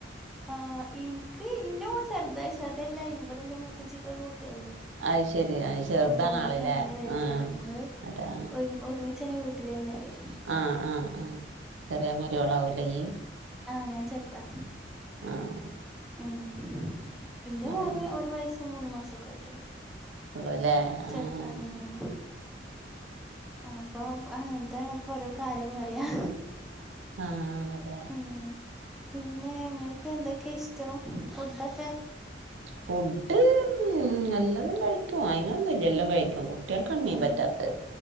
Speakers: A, in the centre; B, on the right.
A: ആഹ് എനിക്ക് എന്റെ മോള് ചെറുതാ. പക്ഷെ അതല്ല ഇവിടെ എന്റെ മൂത്തേച്ചിക്കൊക്കെ കുട്ടികള്ണ്ട് പറയാ.
B: അത് ശെരി അത് ചെറുതാണ്
A: അപ്പോ ഓലൊക്കെ
B: ആള്ല്ലേ
A: അങ്ങനെയാ വരല്
B: ആഹ്
A: പറയാ. ഞങ്ങള്
B: അതാ
A: ഒരു ഒരുമി ച്ചന്നെ വീട്ടിലന്നെ പറയാ.
B: ആഹ് ആഹ് ആഹ് ചെറിയ മരിമോളാവൂലെ ഈയ്യ്.
A: ആഹ് ഞാൻ ചെറുതാ.
B: ആഹ്
A: ഉം എന്റെ മോന്
B: അതന്നെ
A: ഒരു വയസ്സും മൂന്നു മാസം ഒക്കെ ആയിട്ടുള്ളു.
B: ഉള്ളൂല്ലേ
A: ചെറുതാ.
B: ആഹ്
A: ഉം ഉം അപ്പൊ അങ്ങ നത്താണ് ഓരോ കാര്യം പറയാ.
B: ആഹ്. അതെ
A: ഉം പിന്നെ ഇങ്ങക്ക് എന്തൊക്കെയാ ഇഷ് റ്റോ ഫുഡ്ഡൊക്കെ.
B: ഫുഡ് ഉം എല്ലതും കഴിക്കും. അയ്നൊന്നൂല്ല എല്ലാം കഴിക്കും. കുട്ടികൾക്കാണ് മീൻ
A: ഉം
B: പറ്റാത്തത്.